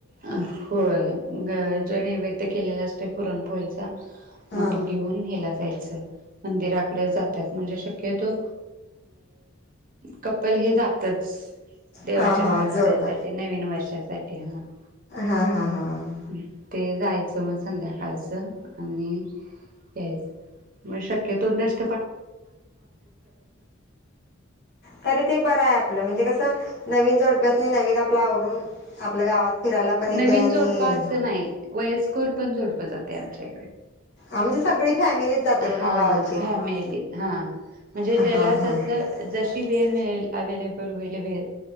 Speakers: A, on the right; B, on the left.
A: अ होय जो नैवेद्य केलेला असतोय पुरणपोळीचा
B: हां
A: मग तो घेऊन हेला जायच मंदिरात जात्यात म्हणजे शक्यतो कपल हे जातच देवाच्या
B: हां हां
A: पाया
B: जोडप
A: पडायसाठी नवीन वर्षासाठी ते ते ह
B: हां हां हां
A: <unintelligible> ते जायचं मग संध्याकाळचं आणि यायच म शक्यतो नस
B: तरी ते बरं आहे आपलं म्हणजे कसं नवीन जोडप्यासनी नवीन आपलं आवरून आपल्या गावात फिरायला पण येते
A: नवीन
B: आणि
A: जोडप असं नाही वयस्कर पण जोडप जातय आमच्यात. <unintelligible>
B: आमचे सगळी फॅमिलीच जाते म्हणा
A: हा
B: गावाची हा
A: फॅमिली ह म्हणजे
B: हा
A: ज्याला
B: हां हां
A: जस
B: ज्याला जसं
A: जशी वेळ मिळेल, अवेलेबल अवेलेबल वेळ